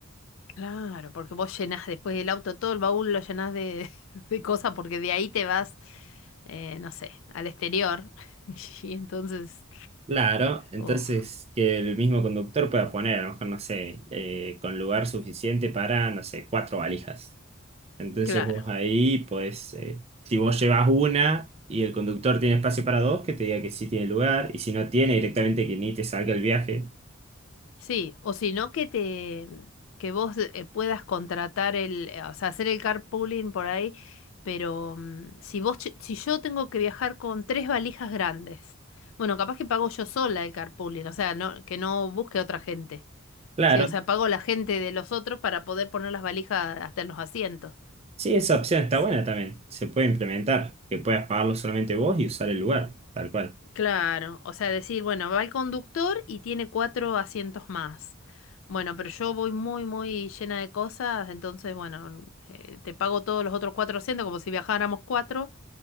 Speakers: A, on the left; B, on the right.
A: Claro, porque vos llenás después del auto todo el baúl, lo llenás de, <laughs> de cosas, porque de ahí te vas, eh, no sé, al exterior. <laughs> Y entonces,
B: Claro, entonces
A: oh,
B: que el mismo conductor pueda poner, a lo mejor, no sé, eh, con lugar suficiente para, no sé, cuatro valijas. Entonces
A: claro,
B: vos ahí, pues, eh, si vos llevas una y el conductor tiene espacio para dos, que te diga que sí tiene lugar, y si no tiene, directamente que ni te salga el viaje.
A: sí, o si no que te, que vos eh, puedas contratar el, eh, o sea, hacer el carpooling por ahí, pero mm, si vos, ch- si yo tengo que viajar con tres valijas grandes, bueno, capaz que pago yo sola el carpooling, o sea, no, que no busque otra gente.
B: Claro,
A: Sí, o sea, pago la gente de los otros para poder poner las valijas hasta en los asientos.
B: sí, esa opción está
A: Sí.
B: buena también, se puede implementar, que puedas pagarlo solamente vos y usar el lugar, tal cual.
A: Claro, o sea, decir, bueno, va el conductor y tiene cuatro asientos más. Bueno, pero yo voy muy, muy llena de cosas, entonces, bueno, eh, te pago todos los otros cuatro asientos como si viajáramos cuatro,